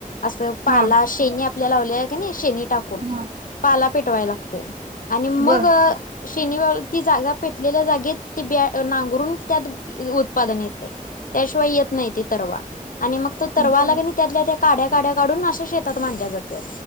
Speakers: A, on the left (about 70°); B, on the right (about 80°).
A: अस पाला.
B: हा
A: शेनी आपल्या लावल्या किनी शेनी टाकून,
B: हा
A: पाला पेटवाय लागतय. आणि मग
B: बर
A: शेनी ती जागा पेटलेल्या जागेत ती ब नांगरून त्यात उत्पादन येतय. त्याशिवाय येत नाही ते तरवा आणि मग तो तरवा
B: बर
A: ला क नाही त्यातल्या त्या काड्या काड्या काढून असं शेतात मांडल्या जातात.